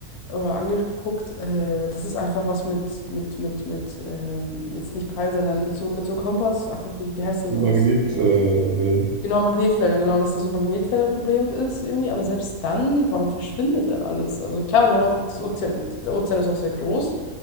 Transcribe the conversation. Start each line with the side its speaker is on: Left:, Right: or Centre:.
Left: oder angeguckt. Äh, das ist einfach was mit, mit, mit, mit, ähm, jetzt nicht Peil, sondern mit so, mit so Kompass. Ach, so, wie, wie heißt denn
Right: Magnetwellen.
Left: sowas? Äh,
Right: Äh, Wellen.
Left: Genau, Magnetfeldern, genau, dass da so ein Magnetfelderproblem ist irgendwie. Aber selbst dann, warum verschwindet dann alles? Also klar, genau, das Ozean, der Ozean ist auch sehr groß.